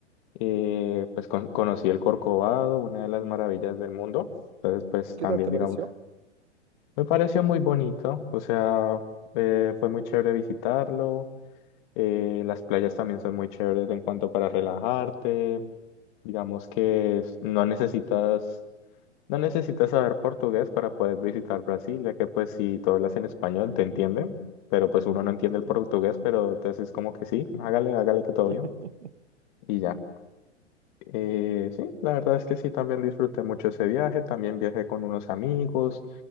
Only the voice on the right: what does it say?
¿qué tal te
pareció
antes?
<laughs>